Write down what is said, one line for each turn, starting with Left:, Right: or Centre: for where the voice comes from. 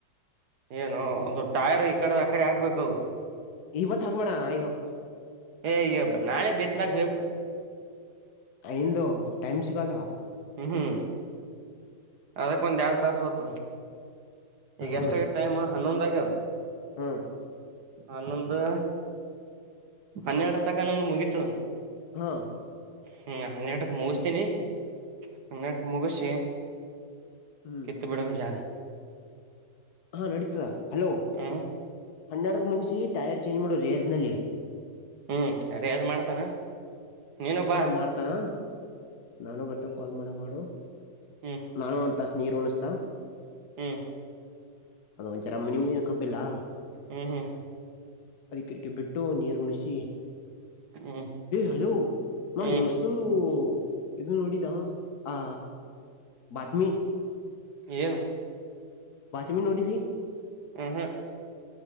Right: ಏನು ಅದು ಟೈರ್ ಈ ಕಡೆದ ಆಕಡೆ ಹಾಕ್ಬೇಕದು.
Left: ಇವತ್ ಹಾಕೋಣ ನಾಳಗ್ ಹಾಕು.
Right: ಏ ಇಬ ನಾಳೆ ಬಿತ್ಲಕ್ಬೇಕು.
Left: ಇಂದು ಟೈಮ್ ಸಿಗಲ್ಲ.
Right: ಹ್ಮ್ ಹ್ಮ್ ಅದಕ್ಕಂದು ಏಡು ತಾಸ ಹತ. ಈಗ
Left: ಹಾ
Right: ಎಷ್ಟ ಆಗ ಟೈಮ್ ಹನ್ನೊಂದ ಆಗ್ಯದ.
Left: ಹಾ
Right: ಹನ್ನೊಂದು ಹನ್ನೆರಡರ ತಕನ್ನೊಂದು ಮುಗೀತದ.
Left: ಹಾ
Right: ಹ್ಮ್ ಹನ್ನೆರಡುಕ್ಕೆ ಮುಗಿಸತೀನಿ ಹನ್ನೆರಡುಕ ಮುಗಸಿ.
Left: ಹ್ಮ್
Right: ಕತ್ತು ಬಡಾಮ ಜ.
Left: ಹಾ ನಡೀತದ ಹಲೋ
Right: ಹ
Left: ಹಣಡ್ಕ್ ಮುಗಿಸಿ ಟೈರ್ ಚೇಂಜ್ ಮಾಡೋ ರೇಜ ನಲ್ಲಿ.
Right: ಹ್ಮ್ ರೇಜ್ ಮಾಡ್ತಾನ. ನೀನು ಬಾ
Left: ಹಾ ಮಾಡ್ತಾನ ನಾನು ಬರ್ತ ಕಾಲ್ ಮಾಡಕ್ ಮಾಡು
Right: ಹ್ಮ್
Left: ನಾನು ಒ. ತಾಸ ನೀರು ಹನುಸತಾ.
Right: ಹ್ಮ್
Left: ಅದ ಒಂದಚರ ಮನೆ ಮನ ಕಬ್ಬೆಲ್ಲಾ.
Right: ಹ್ಮ್ ಹ್ಮ್
Left: ಅದ ಕಿಕ ಬಿಟ್ಟು ನೀರು ಉಣಿಸಿ
Right: ಹ್ಮ್
Left: ಹಲೋ. ಮಮ್ಮ
Right: ಹ್ಮ್
Left: ದೋಸ್ತಗಳು. ಇ ಡಿದ ಆ ಬತ್ಮಿ.
Right: ಏನು
Left: ಬಾತಮಿ ನೋಡಿಲಿ
Right: ಹ ಹಾ